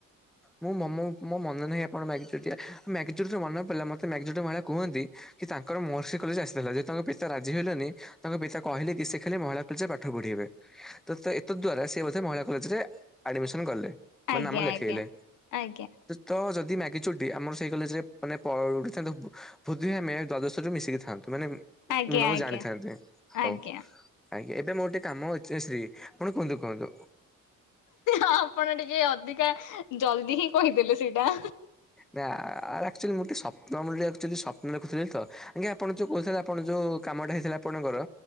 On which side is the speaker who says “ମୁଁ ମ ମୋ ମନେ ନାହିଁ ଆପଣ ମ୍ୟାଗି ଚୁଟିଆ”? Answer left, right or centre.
Centre